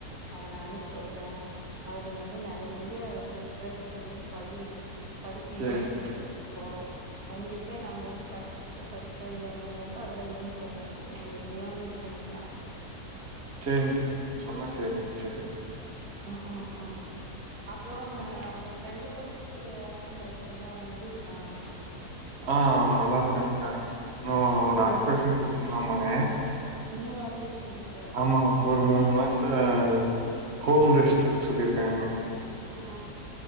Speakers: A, on the right; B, on the right.
A: அத நான் அனுப்பச்சிவுட்றே அதை நீ வந்து ந டெய்லி அத வந்து சர்ச் பண்ணி படி படிச்சு
B: சரிங்க,
A: நோட்ஸ் எடுத்து வச்சுக்கோ கண்டிப்பா நாங்க வந்து கஷ்டப்பட்டு படிச்ச இது ஒண்ணுங்கிறப்ப அதெல வீண் போகாது நம்ம எதுலயோ ஒண்ணு இது பண்ணிக்கலாம்
B: ச்சேரிங்கா நீங்க சொன்னா ச்சேரிங் ச்சேரிங்
A: ம் ம் ம் அப்புறம்
B: ம்.
A: உன் ஃப்ரெண்டு கூட இது ஆக்சிடெண்ட் ஆயிடுச்சு இல்ல அவன் எப்படி இருக்கான்
B: ஆங் அவன் நல்லா இருக்கங்க்கா இன்னும் ஒரு
A: ம்
B: ஆப்ரேஷன் இருக்குங்லாமாங்க
A: இன்னொரு ஆப்ரேஷன் இருக்குதா
B: ஆமா இப்ப ஒரு மூணு மாச <unintelligible> ஹோம் ரெஸ்ட் இருக்க சொல்லியிருக்காங்க
A: ஆ